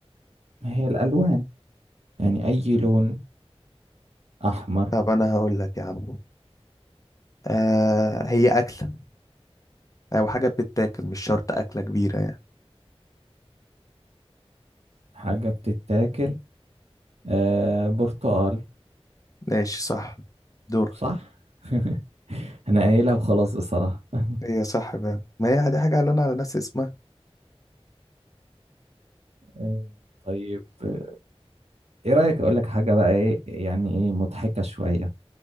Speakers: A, on the right (about 85°); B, on the left (about 35°).
A: ما هي الألوان يعني أي لون أحمر
B: طب انا هقول لك يا عم آه هي اكله او حاجه بتتاكل مش شرط اكله كبيره يعني
A: حاجة بتتاكل آه، برتقال
B: ماشي صح دور
A: صح <laughs> انا قايلها وخلاص الصراحة <laughs>
B: هي صح بقى ما هي دي حاجه قالوا على نفس اسمها
A: آه، طيب آه، ايه رأيك اقول لك حاجة بقى ايه يعني ايه مضحكة شوية